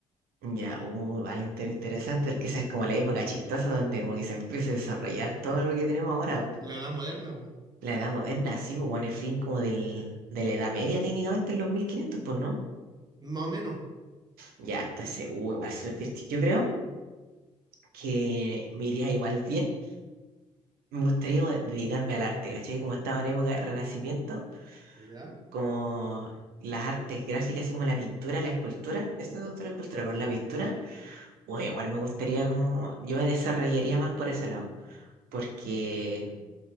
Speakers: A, on the right; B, on the right.
A: ya, uh, vale, inter- interesante, porque esa es como la época chistosa donde como que se empieza a desarrollar todo lo que tenemos ahora. po.
B: La Edad Moderna, pues,
A: La edad moderna, sí, pues bueno, el fin como del, de la edad media técnicamente en los 1500, pues, ¿no?
B: más o menos.
A: Ya, entonces, uh, igual suerte. Yo creo que me iría igual bien. Me gustaría como dedicarme al arte, ¿cachai? Como estaba en época de Renacimiento.
B: ¿Ya?
A: como las artes gráficas, así como la pintura, la escultura, esto es otra la escultura, pero la pintura, bueno, igual me gustaría como, yo me desarrollaría más por ese lado, porque